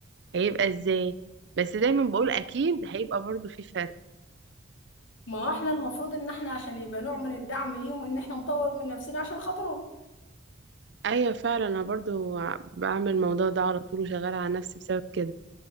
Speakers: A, on the right; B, on the left.
A: هيبقى ازاي بس دايما بقول اكيد هيبقى برضو في فرق
B: ما هو احنا المفروض ان احنا عشان يبقى نوع من الدعم ليهم ان احنا نطور من نفسنا عشان خاطرهم
A: ايوه فعلا انا برضو بعمل الموضوع ده على طول وشغاله على نفسي بسبب كده